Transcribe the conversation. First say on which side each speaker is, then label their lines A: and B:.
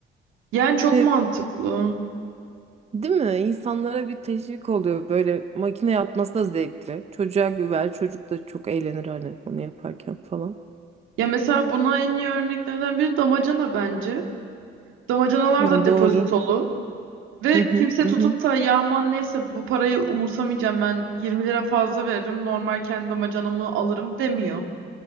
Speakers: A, on the right; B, on the right.
A: Yani çok
B: Hani
A: mantıklı.
B: değil mi İnsanlara bir teşvik oluyor böyle makine atması da zevkli. Çocuğa güver çocuk da çok eğlenir hani onu yaparken falan.
A: Ya mesela buna en iyi örneklerden biri damacana bence. Damacanalar
B: Ha,
A: da depozitolu.
B: doğru.
A: Ve
B: Hı hı,
A: kimse
B: hı
A: tutup
B: hı.
A: da ya aman neyse bu parayı umursamayacağım ben 20 lira fazla veririm normal kendi damacanamı alırım demiyor.